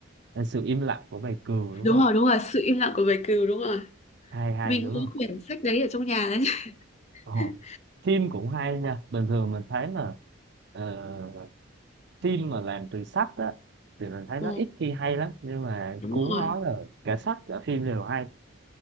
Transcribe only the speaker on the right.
là sự im lặng của bài cừu đúng
không
hay hay
đúng
không
Ồ,
phim cũng hay nha bình thường mình thấy là ờ, phim mà làm từ sách á thì mình thấy
nó ít khi hay lắm nhưng mà
cuốn
nói là cả sách cả phim đều hay